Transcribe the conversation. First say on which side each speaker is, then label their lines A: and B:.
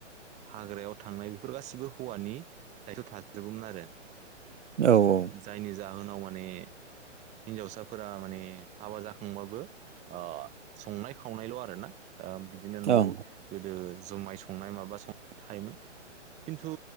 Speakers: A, on the right; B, on the right.
A: हाग्रायाव थांनाय बेफोर गासिबो हौवानि दायथ' थाजोबोमोन आरो।
B: औ औ
A: जायनि जाहोनाव माने हिन्जावसाफोरा माने हाबा जाखांबाबो ओ संनाय खावनायल' आरो ना ओ बिदिनो न'आव
B: ओं
A: गोदो जुमाय संनाय माबा संनाय थायोमोन। खिन्थु